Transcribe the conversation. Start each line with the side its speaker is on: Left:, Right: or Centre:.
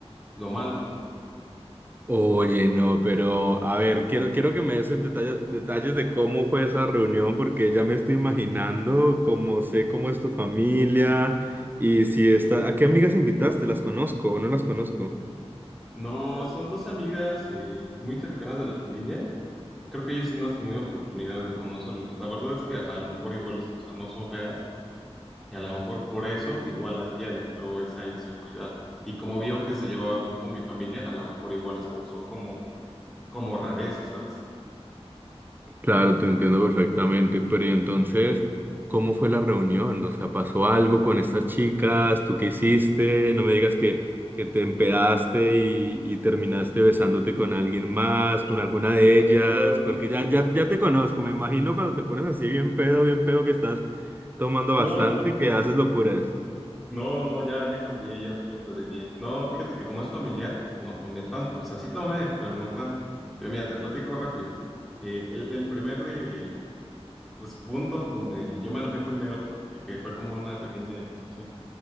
Centre: lo malo.
Right: Oye, no, pero a ver, quiero, quiero que me des el detalle- detalles de cómo fue esa reunión, porque ya me estoy imaginando cómo sé cómo es tu familia y si está,
Centre: Ajá.
Right: ¿a qué amigas invitaste? ¿Las conozco o no las conozco?
Centre: No, son dos amigas eh, muy cercanas de la familia. Creo que ellas sí no has tenido oportunidad de conocerlos. La verdad es que a lo mejor igual, o sea, no son feas y a lo mejor por eso igual a ella le entró esa inseguridad. Y como vio que se llevaba bien con mi familia, a lo mejor igual les causó como, como rareza, ¿sabes?
Right: Claro, te entiendo perfectamente, pero y entonces, ¿cómo fue la reunión? O sea, ¿pasó algo con estas chicas? ¿Tú qué hiciste? No me digas que, que te empedaste y, y terminaste besándote con alguien más, con alguna de ellas,
Centre: Ah,
Right: porque ya, ya, ya te conozco, me imagino cuando te pones así bien pedo, bien pedo que estás tomando
Centre: no,
Right: bastante, que haces locuras.
Centre: no, no, ya, ya cambié, ya soy hombre de bien. No, fíjate que como es familiar, no tomé tanto. O sea, sí tomé, pero no tanto. Te- Mira, te platico rápido. Eh, el, el primer eh, pues punto donde yo me enojé primero, que, que fue como una pequeña discusión,